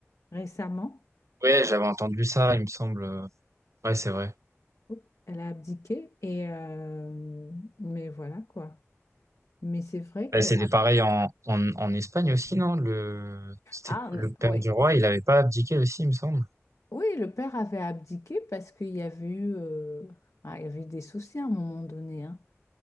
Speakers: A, on the left (about 80°); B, on the right (about 75°).
A: récemment.
B: Ouais,
A: Je-
B: j'avais entendu ça, il me semble. euh, Ouais, c'est vrai.
A: Oups, Elle a abdiqué, et, euh, mais voilà, quoi. Mais c'est vrai que...
B: Ouais, c'était pareil en, en en Espagne aussi, non? Le c'était
A: Ah,
B: le père
A: ouais.
B: du roi, il avait pas abdiqué aussi, il me semble.
A: Oui, le père avait abdiqué parce qu'il y avait eu, euh, ah, il y avait eu des soucis à un moment donné, hein.